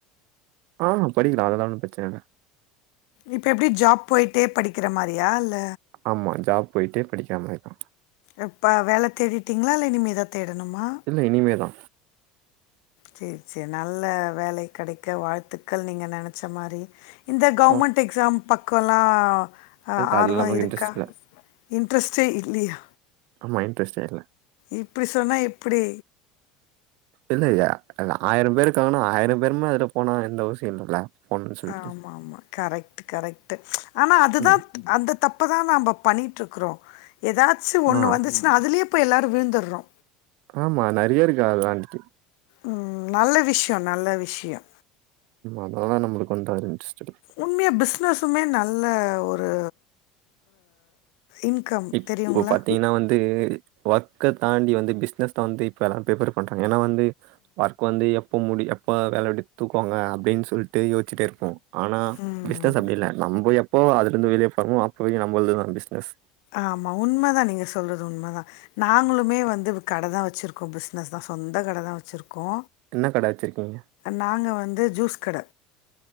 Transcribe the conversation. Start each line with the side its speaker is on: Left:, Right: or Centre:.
Right: ஆ படிக்கலா அதெல்லா ஒண்ணு பிரச்சன இல்ல
Left: இப்ப எப்டி ஜாப் போயிட்டே படிக்கிற மாரியா இல்ல
Right: ஆமா ஜாப் போய்ட்டே படிக்கிற மாரிதா
Left: இப்ப வேல தேடிட்டிங்களா இல்ல இனிமேதா தேடணுமா
Right: இல்ல இனிமே தா
Left: சேர் சேர் நல்ல வேலை கிடைக்க வாழ் த்துக்கள் நீங்க நெனச்ச மாரி இந்த கவுன்மெண்ட்
Right: ஓ!
Left: எக்ஸாம் பக்கம்லா அ
Right: இல்ல
Left: ஆர்வ
Right: அதுல நமக்கு
Left: இருக்கா
Right: இன்ட்ரெஸ்ட் இல்ல.
Left: இன்ட்ரெஸ்ட்டே இல்லையா
Right: ஆமா இண்ட்ரெஸ்ட்டே இல்ல
Left: இப்டி சொன்னா எப்டி
Right: இல்லயா அது ஆயிரம் பேரு இருக்காங்கனா ஆயிரம் பேருமே அதுல போனா எந்த அவசியம் இல்லல்ல போணும்னு சொல்லிட்டு.
Left: ஆமா ஆமா கரெக்ட் கரெக்ட் ஆனா அதுதா
Right: ம்.
Left: அந்த தப்பதா நாம பண்ணிட்டு இருக்கிறோ ஏதாச்சு ஒண்ணு
Right: ஆ.
Left: வந்து அதுலயே போய் எல்லாரு விழுந்தரோ
Right: ஆமா நெறைய இருக்கு அதுல அந்த து
Left: உம் நல்ல விஷயோ நல்ல விஷயோ
Right: அதால நம்மளுக்கு கொஞ்சோ வந்து இன்ட்ரெஸ்டு இல்ல
Left: உண்மையா பிஸ்னஸுமே நல்ல ஒரு இன்கம்
Right: இப்போ
Left: தெரியுங்களா
Right: பாத்தீங்கன்னா வந்து ஒர்க்க தாண்டி வந்து பிஸ்னஸ் தா வந்து இப்ப எல்லாம் பிரிஃபர் பண்றாங்க ஏன்னா வந்து ஒர்க் வந்து எப்ப முடி எப்ப வேலைைய விட்டு தூக்குவாங்க அப்டின்னு சொல்லிட்டு இதே யோச்சிட்டே இருப்போ ஆனா
Left: ம்
Right: பிஸ்னஸ் அப்டி இல்ல நம்ம எப்போ அதுல இருந்து வெளியே போறமோ அப்போ நம்மளது தா பிசினஸ்
Left: ஆமா உண்மதா நீங்க சொல்றது உண்மதா நாங்களுமே வந்து கட தா வச்சுருக்கோ பிஸ்னஸ் தா சொந்த கட தா வச்சுருக்கோ
Right: என்ன கட வச்சிருக்கீங்க
Left: நாங்க வந்து ஜூஸ் கட